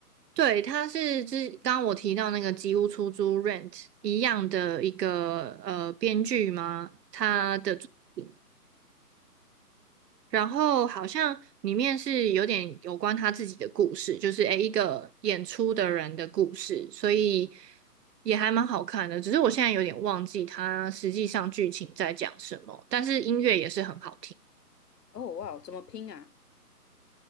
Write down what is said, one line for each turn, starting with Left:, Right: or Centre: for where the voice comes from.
Right: 对，他是之刚刚我提到那个吉屋出租 Rent 一样的一个呃编剧吗？他的作品，
Left: 嗯，
Right: 然后好像里面是有点有关他自己的故事，就是诶一个演出的人的故事，所以也还蛮好看的。只是我现在有点忘记他实际上剧情在讲什么，但是音乐也是很好听。
Left: 哦哇，怎么拼啊